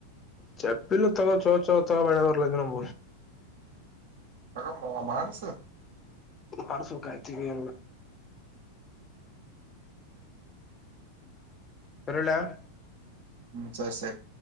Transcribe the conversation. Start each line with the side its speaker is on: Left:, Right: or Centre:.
Left: ಚಪ್ಪಿಲ್ಲ ತಗ ಚ ಚ ತಗ ಬೆಳ ಬರ್ಲ್ದ ನಬ
Right: ತಗ ಮನಸು
Left: ಮಾಡಸಬೇಕಕ್ಾಯ್ತನ ಅಲ್ ಸರಿ ಇಡ್ಲಾ
Right: ಹ್ಮ ಸರಿ ಸರಿ